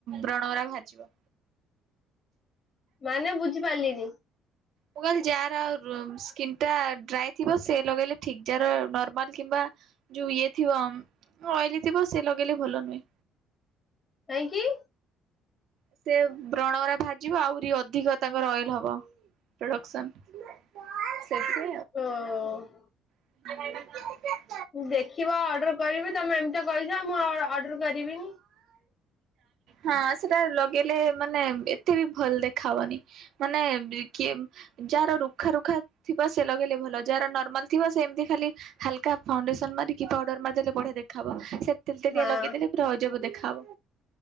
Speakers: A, on the right; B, on the left.
A: ବ୍ରଣବରା ଭାଜିବ
B: ମାନେ ବୁଝିପାରିଲିନି
A: ମୁଁ କହ ଯାହାର ସ୍କିନ୍ ଟା ଡ୍ରାଇ ଥିବ ସେ ଲଗେଇଲେ ଠିକ ଯାହାର କିମ୍ବା ଯୋଉ ଇଏ ଥିବ ଅଏଲି ଥିବ ସେ ଲଗେଇଲେ ଭଲ ନୁହେଁ।
B: କାଇହିଁ କିି?
A: ସେ ବ୍ରଣରା ଭାଜିବ ଆହୁରି ଅଧିକ ତାଙ୍କର ଅଏଲ ହବ। ପ୍ରଡକ୍ସନ୍ ସେଥି
B: <inaudible>
A: <unintelligible>
B: ଦେଖିବ ଅର୍ଡର କରିବି ତମେ ଏମିତି କହିଛ ମୁଁ ଆଉ ଅର୍ଡର କରିବିନି।
A: ହଁ ସେଟା ଲଗେଇଲେ ମାନେ ଏତେ ବି ଭଲ ଦେଖା ହବନି ମାନେ ବି କି ଯାହାର ରୁଖା ରୁଖା ଥିବ ସେ ଲଗେଇଲେ ଭଲ ଯାହାର ନର୍ମାଲ ଥିବ ସେମତି ଖାଲି ହାଲକା ଫାଉଣ୍ଡେସନ ମାରିକ ପାଉଡର ମାରି ଦେଲେ ବଢିଆ ଦେଖାବ ତେଲ ତେଲିଆ
B: ହଁ
A: ଲଗେଇଦେଲେ ପୁରା ଅଜବ ଦେଖାହବ।